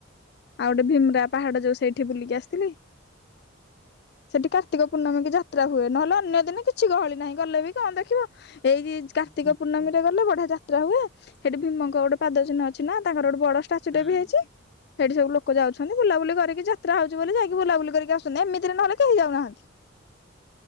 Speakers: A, on the left; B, in the centre.
A: ଆଉ ଗୋଟେ ଭିମ୍ରା
B: ହୁଁ
A: ପାହାଡ ଯୋଉ ସେଇ ଠି ବୁିଲିକି ଆସିଥିଲି। ସେଠି କାର୍ତ୍ତିକ ପୂଣ୍ଣମି କି ଯାତ୍ରା ହୁଏ, ନହଲେ ଅନ୍ୟ ଦିନେ କିଛି ଗହଳି ନାଇଁ ଗଲେ ବି କଁ ଦେଖିବ, ଏଇ କାର୍ତ୍ତିକ
B: ହୁଁ।
A: ପୂର୍ଣ୍ଣମି ଗଲେ ବଢିଆ ଯାତ୍ରା ହୁଏ, ସେଠି ଭିମଙ୍କ ଗୋଟେ ପାଦ ଚିହ୍ନଅଛି ନା ତାଙ୍କର ଗୋଟେ ବଡ ଷ୍ଟାଚୁ
B: ହୁଁ
A: ଟେ
B: ହୁଁ
A: ବି ହେଇଚି। ସେଠି ସବୁ ଲୋକ ଯାଉଛନ୍ତି, ବୁଲାବୁଲି କରିକି ଯାତ୍ରା ହଉଚି ବୋଲି ଯାଇକି ବୁଲା ବୁଲି କରିକି ଆସୁଛନ୍ତି, ଏମତି ରେ ନହଲେ କେହି ଯାଉନାହାନ୍ତି।